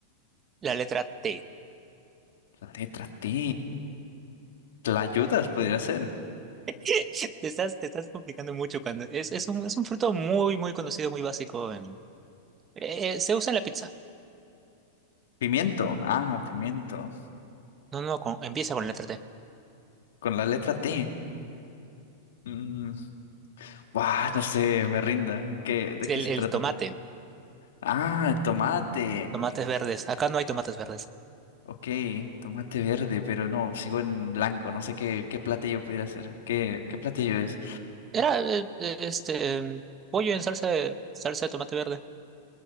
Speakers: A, on the right; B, on the left.
A: La letra T.
B: La letra T. ¿La ayudas? Podría ser.
A: <laughs> Te estás, te estás complicando mucho cuando... Es, es un, es un fruto muy, muy conocido, muy básico. en- eh, eh, se usa en la pizza.
B: Pimiento. Ah, pimiento.
A: No, no, con- empieza con la letra T.
B: Con la letra T. Mm, buah, no sé, me rinda. ¿Qué, de
A: El,
B: qué se
A: el
B: trata?
A: tomate,
B: Ah, tomate.
A: tomates verdes. Acá no hay tomates verdes.
B: Ok, tomate verde, pero no, sigo en blanco. No sé qué, qué platillo pudiera hacer. ¿Qué, qué platillo es?
A: Era eh, eh, este em, pollo en salsa de, salsa de tomate verde.